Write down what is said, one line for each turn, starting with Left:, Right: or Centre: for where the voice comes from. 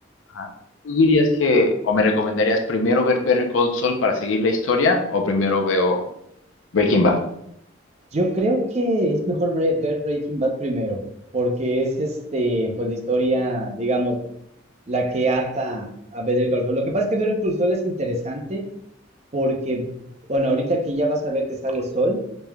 Left: ajá, tú dirías que, o me recomendarías primero ver Better Call Saul para seguir la historia, o primero veo Breaking Bad?
Right: Yo creo que es mejor bre- ver Breaking Bad primero, porque es este, pues la historia, digamos, la que ata a Better Call Saul. Lo que pasa es que Better Call Saul es interesante porque, bueno, ahorita que ya vas a ver que sale Sol,